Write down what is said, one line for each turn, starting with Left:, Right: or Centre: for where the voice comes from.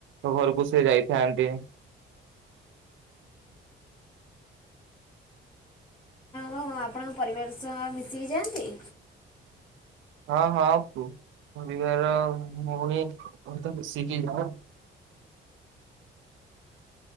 Right: ଙ୍କ ଘରୁକୁ ସେ ଯାଇଥାନ୍ତି।
Left: ହଁ ଆପଣଙ୍କ ପରିବାର ସହ ମିଶିକି ଯାଆନ୍ତି?
Right: ହଁ, ହଁ, ପରିବାର ଭଉଣୀ ସହିତ ମିଶିକି ଯାଉ।